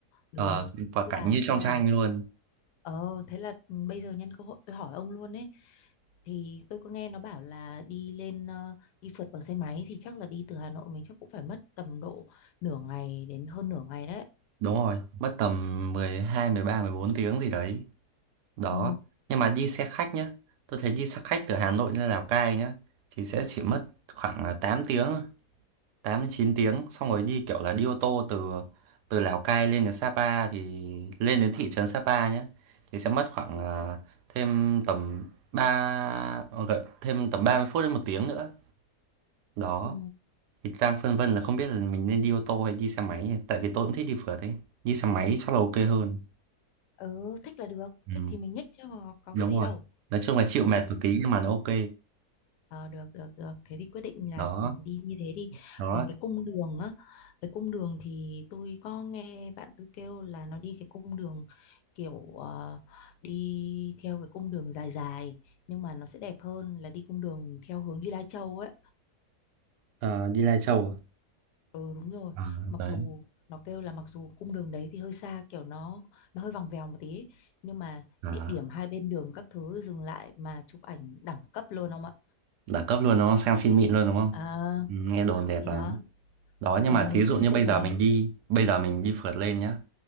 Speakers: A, on the left; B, on the right.
A: được
B: ờ quả
A: thế là
B: cảnh như trong
A: thế là
B: tranh luôn
A: ờ thế là bây giờ nhân cơ hội tôi hỏi ông luôn ấy thì tôi có nghe nó bảo là đi lên ờ, đi phượt bằng xe máy thì chắc là đi từ Hà Nội mình chắc cũng phải mất tầm độ nửa ngày đến hơn nửa ngày đấy
B: đúng rồi mất tầm mười mười hai mười ba mười bốn tiếng gì đấy đó
A: ừ
B: nhưng mà đi xe khách nhá tôi thấy đi xe khách từ Hà Nội lên Lào Cai nhá thì sẽ chỉ mất khoảng là 8 tiếng tám đến chín tiếng xong rồi đi kiểu là đi ô tô từ từ Lào Cai lên đến Sapa thì lên đến thị trấn Sapa nhá thì sẽ mất khoảng à, thêm tầm 3 gần thêm tầm 30 phút đến một tiếng nữa đó
A: ừ
B: thì đang phân vân là không biết là mình nên đi ô tô hay đi xe máy tại vì tôi cũng thích đi phượt ấy đi xe máy chắc là ok hơn
A: Ừ, thích là được,
B: ừ,
A: thích thì mình nhích chứ có, có
B: đúng
A: cái gì
B: rồi
A: đâu.
B: nói chung là chịu
A: Ok,
B: mệt một tí nhưng mà nó ok
A: ờ, được, được, được. Thế thì quyết định là
B: đó
A: đi như thế đi.
B: đó
A: Còn cái cung đường á, cái cung đường thì tôi có nghe bạn tôi kêu là nó đi cái cung đường kiểu ờ, đi theo cái cung đường dài dài nhưng mà nó sẽ đẹp hơn là đi cung đường theo hướng đi Lai Châu ấy.
B: Ờ, đi Lai Châu à?
A: Ừ đúng rồi
B: à,
A: Mặc
B: đấy
A: dù nó kêu là mặc dù cung đường đấy thì hơi xa kiểu nó nó hơi vòng vèo một tí ấy. Nhưng mà
B: à,
A: địa điểm hai bên đường các thứ dừng lại mà chụp ảnh đẳng cấp luôn ông ạ
B: đẳng cấp luôn đúng không sang xin mịn luôn đúng không
A: à,
B: ừ, nghe đồn đẹp
A: thì
B: lắm
A: đó
B: đó
A: ờ,
B: nhưng mà
A: nếu
B: thí
A: mà
B: dụ
A: đi
B: như
A: xe
B: bây
A: máy
B: giờ mình đi bây giờ mình đi phượt lên nhá